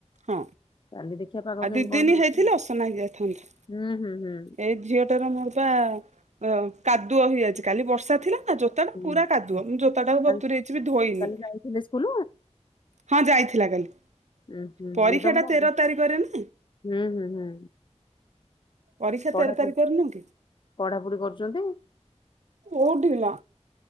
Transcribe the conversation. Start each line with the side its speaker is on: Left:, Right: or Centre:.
Right: ହଁ
Left: କାଲି ଦେଖିବା ପାଗ
Right: ଆଉ
Left: କେମିତି
Right: ଦି ଦିନି
Left: କଣ ହଉଛି
Right: ହେଇଥିଲେ।
Left: ଆଉ
Right: ଅସନା ହେଇଯାଇଥାନ୍ତା।
Left: ହୁଁ ହୁଁ ହୁଁ
Right: ଏଇ ଝିଅଟା ର ମୋର ପା କାଦୁଅ ହେଇଯାଇଛି। କାଲି ବର୍ଷା ଥିଲା। ନା ଜୋତାଟା
Left: ହୁଁ
Right: ପୁରା କାଦୁଆ
Left: ହୁଁ।
Right: ମୁଁ ଜୋତାଟାକୁ
Left: କାଲି
Right: ବତୁରେଇଛି ବି ଧୋଇନି।
Left: କାଲି ଯାଇଥିଲେ ସ୍କୁଲ
Right: ହଁ ଯାଇଥିଲା କାଲି
Left: ଉଁ ହୁଁ
Right: ପରୀକ୍ଷାଟା
Left: ଏଇ ତମର ଆଗ
Right: ତେର ତାରିଖରେ ନା।
Left: ହୁଁ ହୁଁ ହୁଁ।
Right: ପରୀକ୍ଷା
Left: ପଢାପଢି
Right: ତେର ତାରିଖରେ ନୁହେଁ କି।
Left: ପଢାପଢି କରୁଛନ୍ତି।
Right: ବହୁ ଢିଳା